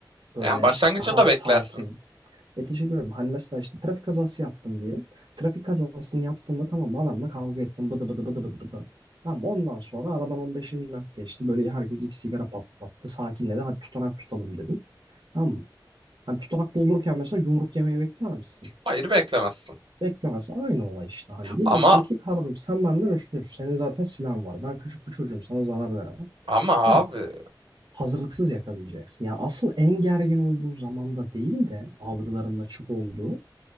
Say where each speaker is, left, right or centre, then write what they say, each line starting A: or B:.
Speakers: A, on the right; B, on the right.
A: böyle
B: Yani başlangıçta
A: daha
B: da
A: sakin
B: beklersin.
A: E teşekkür ederim. Hani mesela işte trafik kazası yaptın diyelim. Trafik kazasını yaptığında tamam mı adamla kavga ettin bıdı bıdı bıdı bıdı bıdı. Tamam ondan sonra aradan on beş yirmi dakika geçti. Böyle herkes iki sigara patlattı. Sakinledi. Hadi tutanak tutalım dedin. Tamam mı? Hani tutanak doldururken mesela yumruk yemeyi bekler misin?
B: Hayır beklemezsin.
A: Beklemez. Aynı olay işte hani. Diyeceksin
B: Ama
A: ki kardeşim sen benden üstünsün. Senin zaten silahın var. Ben küçük bir çocuğum. Sana zarar veremem.
B: ama
A: Tamam
B: abi.
A: mı? Hazırlıksız yakalayacaksın. Ya asıl en gergin olduğu zamanda değil de algıların açık olduğu